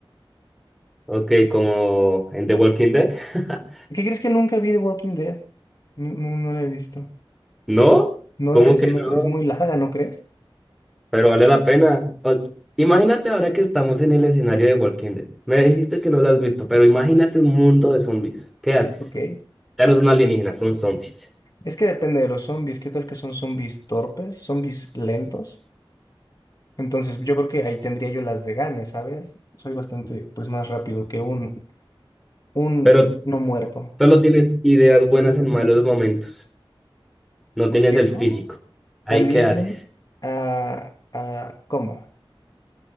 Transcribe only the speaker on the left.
¿Qué crees que nunca vi de Walking Dead? No, no, no la he visto.
No,
es,
me-
es muy larga, ¿no crees?
Ok.
Es que depende de los zombies. ¿Qué tal que son zombies torpes? ¿Zombies lentos? Entonces yo creo que ahí tendría yo las de gane, ¿sabes? Soy bastante, pues, más rápido que un, un
no muerto.
Porque,
¿no?
También,
ah, ah, ¿cómo?